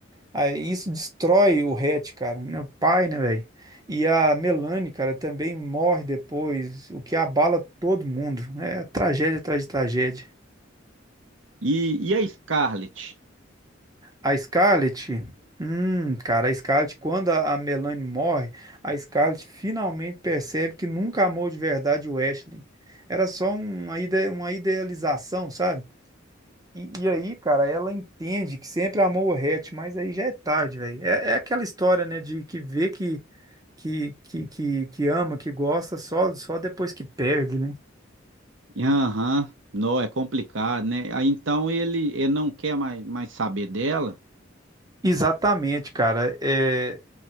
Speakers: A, on the right; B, on the right.
A: Aí isso destrói o Hatch, cara, meu pai, né, velho? E a Melanie, cara, também morre depois, o que abala todo mundo. É tragédia atrás de tragédia.
B: E, e a Scarlett?
A: A Scarlett, hum, cara, a Scarlett, quando a a Melanie morre, a Scarlett finalmente percebe que nunca amou de verdade o Ashley. Era só uma ide- uma idealização, sabe? E, e aí, cara, ela entende que sempre amou o Hatch, mas aí já é tarde, velho. É, é aquela história, né, de que vê que, que, que, que, que ama, que gosta, só, só depois que perde, né?
B: Aham, Não, é complicado, né? Aí então ele, ele não quer mais, mais saber dela.
A: Exatamente, cara. É,